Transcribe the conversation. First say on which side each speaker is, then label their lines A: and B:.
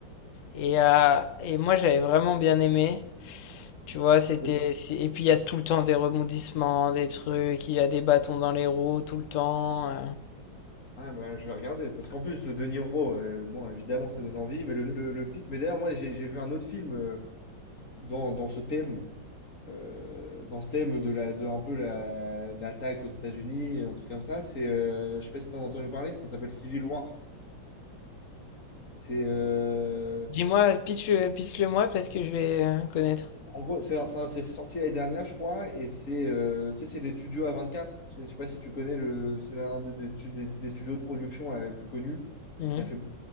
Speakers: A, on the left; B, on the left.
A: Et, euh, et moi, j'avais vraiment bien aimé. Tu vois, c'était.
B: Mais-
A: c'est- Et puis, il y a tout le temps des rebondissements, des trucs, il y a des bâtons dans les roues tout le temps. euh.
B: Ah, bah, je vais regarder. Parce qu'en plus, De Niro, euh, bon, évidemment, ça donne envie, mais le, le, le pitch. Mais d'ailleurs, moi, j'ai j'ai vu un autre film euh, dans, dans ce thème, euh, dans ce thème de, la, de un peu la, l'attaque aux États-Unis, un truc comme ça. C'est, euh, je sais pas si tu as entendu parler, ça s'appelle Civil War. C'est euh,
A: Dis-moi, pitch, le moi, peut-être que je vais euh, connaître.
B: En gros, c'est ça- c'est sorti l'année dernière, je crois, et c'est euh, tu sais, c'est des studios A24. Je sais je sais pas si tu connais le. C'est un des, des stu- des- des studios de production là, les plus connus.
A: Mhm,
B: Qui a fait,